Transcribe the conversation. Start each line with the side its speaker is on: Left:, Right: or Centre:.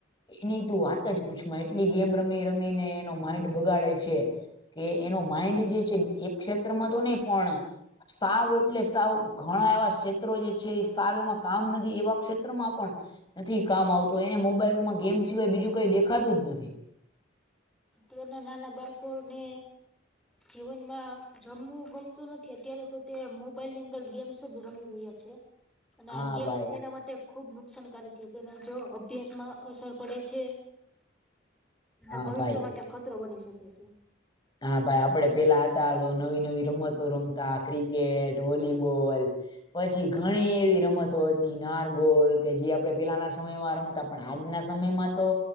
Left: એની તો વાત જ પૂછ એટલી ગેમ રમી રમીનેએ પોતાનું માઇન્ડ બગાડે છે. કે એનો માઇન્ડ જે છે એક ક્ષેત્રમાં તો નહીં પણ સાવ એટલે સાવ ઘણા એવા ક્ષેત્રો છે એમાં સાવ એમાં કામ નથી એવા ક્ષેત્રમાં પણ નથી કામ આવતો એને મોબાઇલમાં ગેમ સિવાય બીજું કંઈ દેખાતું જ નથી.
Centre: તેઓના નાના બાળકોને જીવનમાં રમવું ગમતું નથી અત્યારે તો તે મોબાઇલની અંદર ગેમ્સ જ રમી રહ્યા છે. અને
Left: હા
Centre: આ ગેમ
Left: ભાઈ
Centre: છે એના માટે ખૂબ નુકસાનકારી છે. તેને જો અભ્યાસમાં અસર પડે છે. એના
Left: હા
Centre: ભવિષ્ય
Left: ભાઈ
Centre: માટે ખતરો બની શકે છે.
Left: હા ભાઈ આપણે પહેલાં હતા ત્યારે નવી નવી રમતો રમતા ક્રિકેટ, વોલીબોલ પછી ઘણી એવી રમતો હતી નારગોલ કે જે આપણે પહેલાંના સમયમાં રમતા. પણ આજના સમયમાં તો